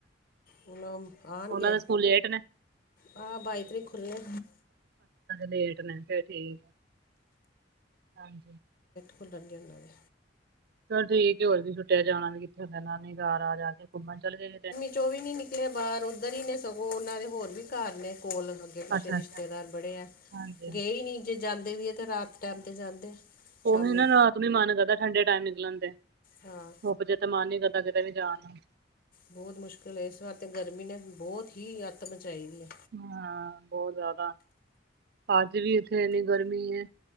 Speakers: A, on the left; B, on the right.
A: ਹੁਣ ਆਉਣਗੇ,
B: ਉਹਨਾਂ ਦੇ ਸਕੂਲ ਲੇਟ ਨੇ
A: ਆਹ ਬਾਈ ਤਰੀਕ ਖੁੱਲੇ
B: ਲੇਟ ਨੇ ਫੇਰ ਠੀਕ ਆ ਹ
A: ਖੂਲਣ ਨਹੀਂ ਹਨਾਂ ਦੇ
B: ਚੱਲ ਠੀਕ ਹੋਰ ਵੀ ਛੁਟੀਆ ਜਾਣਾ ਵੀ ਕਿੱਥੇ ਹੁੰਦਾ, ਨਾਨੀ ਘਰ ਆ ਜਾ ਕੇ, ਘੁੰਮਣ ਚੱਲ ਗਏ
A: ਵਿੱਚੋਂ ਵੀ ਨੀ ਨਿਕਲਿਆ ਬਾਹਰ, ਉੱਧਰ ਹੀ ਨੇ ਸਗੋਂ ਉਹਨਾਂ ਦੇ ਹੋਰ ਵੀ, ਘਰ ਨੇ ਕੋਲ ਅੱਗੇ -ਪਿੱਛੇ
B: ਅੱਛਾ
A: ਰਿਸ਼ਤੇਦਾਰ
B: ਅੱਛਾ
A: ਬੜੇ ਹੈ,
B: ਹਾਂਜੀ
A: ਗਏ ਹੀ ਨੀ ਜੇ ਜਾਂਦੇ ਵੀ ਹੈ ਤੇ ਰਾਤ ਟਇਮ, ਤੇ ਜਾਂਦੇ ਆ। ਸ਼ਾਮੀ
B: ਉਹੀ ਨਾ, ਰਾਤ ਨੂੰ ਮਨ ਕਰਦਾ ਠੰਡੇ ਟਾਈਮ ਨਿਕਲਣ ਦੇ
A: ਹਾਂ
B: ਅਜੇ ਤਾਂ ਮਨ ਨੀ ਕਰਦਾ ਕਿਤੇ ਵੀ ਜਾਣ ਨੂੰ।
A: ਬਹੁਤ ਮੁਸ਼ਕਿਲ ਹੈ, ਇਸ ਵਾਰ ਤੇ ਗਰਮੀ ਨੇ ਬਹੁਤ, ਹੀ ਅੱਤ ਮਚਾਈ ਦੀ ਹੈ।
B: ਹਾਂ ਬਹੁਤ ਜ਼ਿਆਦਾ। ਅੱਜ ਵੀ, ਇੱਥੇ ਇਨੀ ਗਰਮੀ ਹੈ,